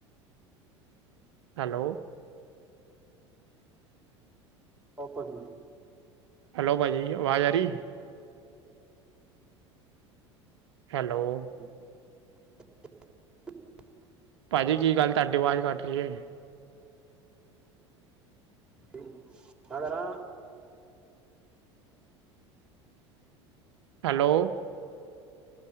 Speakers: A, on the right; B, in the centre.
A: ਹੈਲੋ
B: <unintelligible>
A: ਹੈਲੋ, ਪਾਜੀ ਆਵਾਜ਼ ਆ ਰੀ ਹੈਲੋ
B: <inaudible>
A: ਜੀ ਕੀ ਗਾੱਲ ਤਾਡੀ ਵਾਜ਼ ਕਾੱਟ ਰੀ ਏ
B: ਮੈਂ ਕਰਾਂ
A: ਹੈਲੋ